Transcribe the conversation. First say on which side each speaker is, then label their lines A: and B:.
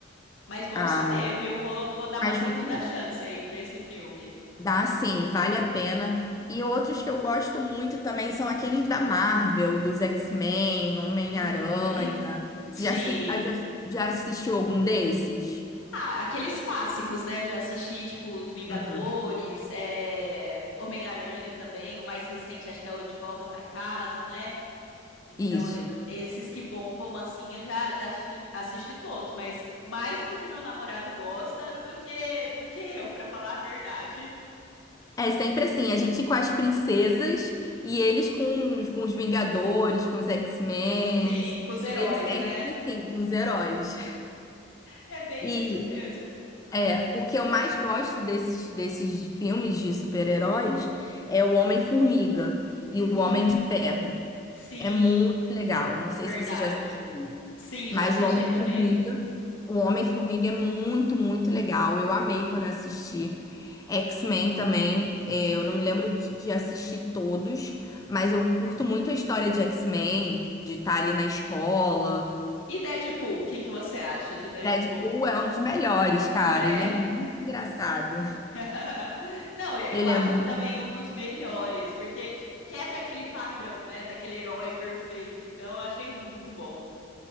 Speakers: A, on the left (about 90°); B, on the left (about 15°).
A: Mas bom
B: Ah,
A: saber, viu? Vou, vou dar uma
B: mas
A: segunda
B: muito.
A: chance aí pra esse filme.
B: Dá sim, vale a pena. E outros que eu gosto muito também são aqueles da Marvel, dos X-Men, Homem-Aranha.
A: Uhum,
B: Você
A: sim.
B: Já, se- ah, já, já assistiu algum desses?
A: Ah, aqueles clássicos, né? Eu já assisti, tipo, Os Vingadores,
B: Uhum.
A: é, Homem-Aranha também, o mais recente, acho que é o De Volta pra Casa, né? Então,
B: Isso.
A: é- esses que bombam assim, eu já, já assisti assisti todos, mas mais porque meu namorado gosta do que do que eu, pra falar a verdade.
B: É sempre assim, a gente com as princesas e eles com, os- com os Vingadores, com os X-Men.
A: Sim, com os heróis,
B: Eles sempre
A: né?
B: assim, com os heróis.
A: É bem
B: E
A: isso mesmo.
B: é, o que eu mais gosto desses, desses filmes de super-heróis é o Homem-Formiga
A: Uhum,
B: e o Homem de Ferro.
A: sim.
B: É muito legal. Não sei
A: Verdade.
B: se você já assistiu,
A: Sim,
B: mas
A: já assisti
B: o Homem-Formiga,
A: também.
B: o Homem-Formiga é muito, muito legal. Eu amei quando eu assisti. X-Men também, eh,
A: Uhum.
B: eu não me lembro de de assistir todos, mas eu curto muito a história de X-Men, de estar ali na escola.
A: E Deadpool, o que que você acha de Deadpool?
B: Deadpool é um dos melhores, cara.
A: Né?
B: Ele é muito engraçado.
A: <laughs> Não, eu
B: Ele
A: acho
B: é, mu-
A: também um dos melhores, porque quebra aquele padrão, né, daquele herói perfeito. Então eu achei muito bom.